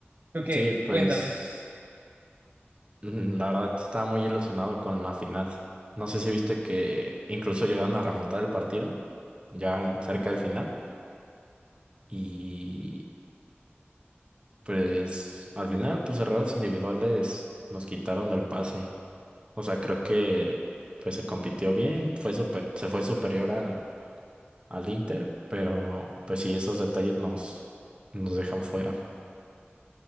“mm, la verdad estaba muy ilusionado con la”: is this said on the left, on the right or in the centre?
Right